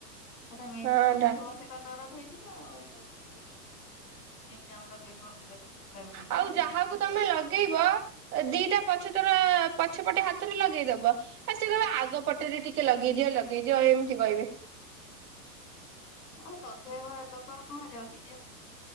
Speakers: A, on the left; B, on the right.
A: ସେଟା ମେହେନ୍ଦି
B: ହଁ
A: ଲଗଉଥିବ
B: ଟା
A: ସେ ଦରଦ ହେଇଯିବ ଆଉ ଏଇ ଏଜାମ ର ପେପର ବେଳେ ବି
B: ଆଉ
A: ହେଇଯିବ
B: ଯାହାକୁ ତମେ ଲଗେ ଲଗେଇବ ଦିଟା ପଛ ତର ପଛପଟେ ହାତରେ ଲଗେଇଦବ। ଆଉ ସେ କହିବ ଆଗ ପଟରେ ଟିକେ ଲଗେଇଦିଅ ଲଗେଇଦିଅ ଏମିତି କହିବେ।
A: ଆଉ ଲଗେଇବା ଲୋକର କଣ ଯାଉଚି ଯେ